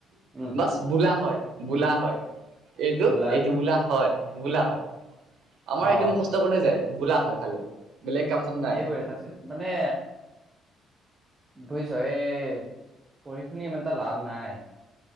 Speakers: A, on the right; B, on the right.
A: উম,
B: বছ বোলা হয়, বোলা হয়। <inaudible> এইটো
A: বোলা
B: এই হয়, বোলা হয়। আমাৰ
A: অ
B: এইটো মুখস্থ কৰোতে যায়। বোলা হয় খালি। বেলেগ কাম চাম নাই
A: এইবোৰে ছাকচেড মানে বুজিছ! এই পঢ়ি শুনি ইমান এটা লাভ নাই।